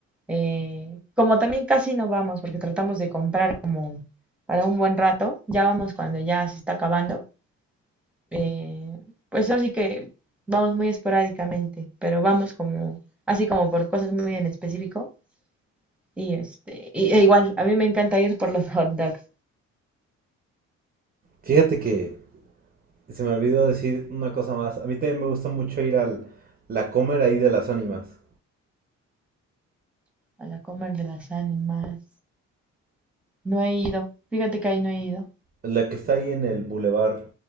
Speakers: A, in the centre; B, on the right.
A: eh, como también casi no vamos, porque tratamos de comprar como para un buen rato, ya vamos cuando ya se está acabando, eh, pues así que vamos muy esporádicamente, pero vamos como, así como por cosas muy en específico. Y este, y, e igual, a mí me encanta ir por los <laughs> hot dogs,
B: Fíjate que se me olvidó decir una cosa más. A mí también me gusta mucho ir al La Comer ahí de las Ánimas,
A: a la comer de las ánimas. No he ido. Fíjate que ahí no he ido.
B: la que está ahí en el Boulevard